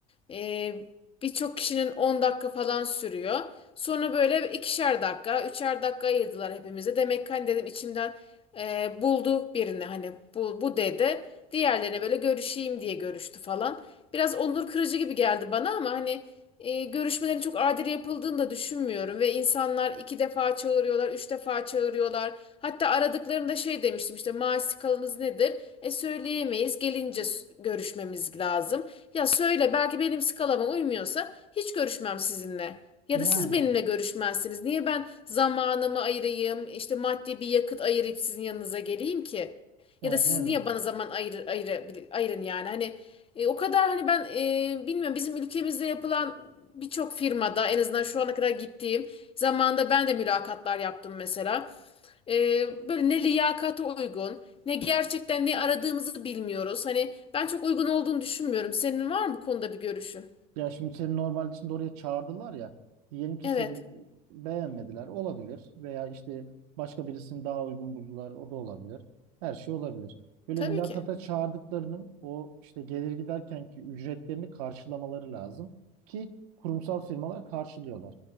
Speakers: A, on the left (about 30°); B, on the right (about 80°).
A: Ee, birçok kişinin 10 dakika falan sürüyor. Sonra böyle ikişer dakika, üçer dakika ayırdılar hepimize. Demek ki hani dedim içimden e, buldu birini hani bu, bu dedi. Diğerlerine böyle görüşeyim diye görüştü falan. Biraz onur kırıcı gibi geldi bana ama hani e, görüşmelerin çok adil yapıldığını da düşünmüyorum ve insanlar iki defa çağırıyorlar, üç defa çağırıyorlar. Hatta aradıklarında şey demiştim işte maaş skalanız nedir? E söyleyemeyiz, gelince s- görüşmemiz lazım. Ya söyle belki benim skalama uymuyorsa hiç görüşmem sizinle. Ya
B: Yani
A: da siz benimle görüşmezsiniz. Niye ben zamanımı ayırayım, işte maddi bir yakıt ayırıp sizin yanınıza geleyim ki?
B: aynen
A: Ya da siz
B: öyle.
A: niye bana zaman ayır, ayır, ayırın yani? Hani e, o kadar hani ben e, bilmiyorum bizim ülkemizde yapılan birçok firmada en azından şu ana kadar gittiğim zamanda ben de mülakatlar yaptım mesela. E, böyle ne liyakata uygun ne gerçekten ne aradığımızı bilmiyoruz. Hani ben çok uygun olduğunu düşünmüyorum. Senin var mı bu konuda bir görüşün?
B: Ya şimdi seni normalde şimdi oraya çağırdılar ya. Diyelim ki
A: Evet,
B: seni beğenmediler. Olabilir. Veya işte başka birisini daha uygun buldular. O da olabilir. Her şey olabilir. Böyle
A: tabii
B: mülakata
A: ki.
B: çağırdıklarının o işte gelir giderken ki ücretlerini karşılamaları lazım. Ki kurumsal firmalar karşılıyorlar.